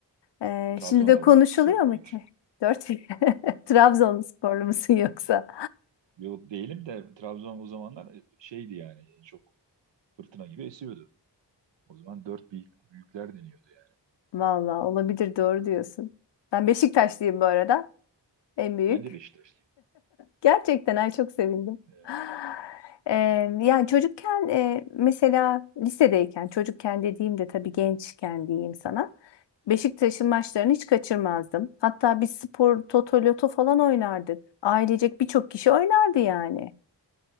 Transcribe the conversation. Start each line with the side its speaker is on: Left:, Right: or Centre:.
Left: E,
Right: Trabzon'da
Left: şimdi de konuşuluyor
Right: vardı dört
Left: mu
Right: büyük.
Left: ki? 4 <laughs> Trabzonsporlu musun yoksa?
Right: Yok değilim de Trabzon o zamanlar e, şeydi yani e, çok fırtına gibi esiyordu. O zaman dört büyük, büyükler deniyordu yani.
Left: Valla olabilir doğru diyorsun. Ben Beşiktaşlıyım bu arada. En büyük.
Right: Ben de Beşiktaşlıyım.
Left: Gerçekten ay çok sevindim.
Right: Evet.
Left: <gasps> <sighs> Ee, yani çocukken e, mesela lisedeyken çocukken dediğim de tabii gençken diyeyim sana. Beşiktaş'ın maçlarını hiç kaçırmazdım. Hatta biz spor toto loto falan oynardık. Ailecek birçok kişi oynardı yani.